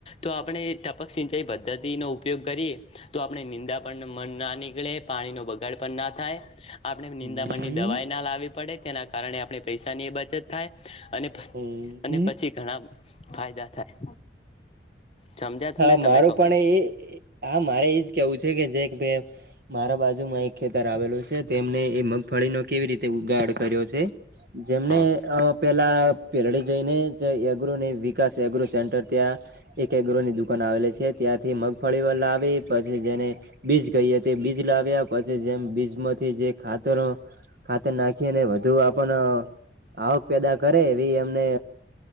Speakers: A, on the left; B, on the right.
A: તો આપણે ટપક સિંચાઈ પદ્ધતિનો ઉપયોગ કરીએ. તો આપણે નિંદા પણ મન ના નીકળે પાણીનો બગાડ પણ ના થાય. આપણે નિંદામણની
B: હમ
A: દવાએ ના લાવવી પડે, તેના કારણે આપણે પૈસાની બચત થાય. અને પછ
B: એ
A: પછી ઘણા ફાયદા થાય. સમજ્યા
B: હા
A: તમે તમે
B: મારું
A: કહો
B: પણ એ હા મારે એજ કેવું છે કે જે કભે મારા બાજુમાં એક ખેતર આવેલું છે તેમને એ મગફળીનો કેવી રીતે ઉગાડ કર્યો છે. જેમને
A: હા
B: અ પેલા પેલડી જઈને એગ્રોને એ વીક વિકાસ એગ્રો સેન્ટર ત્યાં એક એગ્રોની દુક આવેલી છે. ત્યાંથી મગફળી વલાવી પછી જેને બીજ કહીએ તે બીજ લાવ્યા પછી જેમ બીજમાંથી જે ખાતરો ખાતર નાખીને વધુ આપણ આવક પેદા કરે એવી એમને